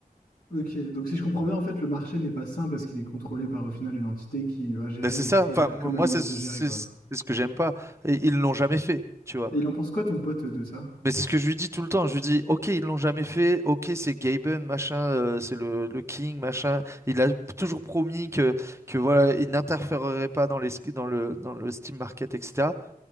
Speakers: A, on the left; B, on the right.
A: ok. Donc, si je comprends bien, en fait, le marché n'est pas sain parce qu'il est contrôlé par, au final, une entité qui va gérer
B: Bah, c'est
A: les
B: ça.
A: prix
B: Enfin,
A: euh,
B: m-
A: comme
B: moi,
A: elle a
B: c'est
A: envie
B: c'est-
A: de le gérer, quoi.
B: c'est ce que j'aime pas. Et ils l'ont jamais fait, tu vois.
A: Et il en pense quoi, ton pote, de ça?
B: Mais c'est ce que je lui dis tout le temps. Je lui dis, ok, ils l'ont jamais fait. Ok, c'est Gaben, machin, euh, c'est le, le King, machin. Il a toujours promis que, que voilà, il n'interférerait pas dans les, sk- dans le, dans le Steam Market, etc.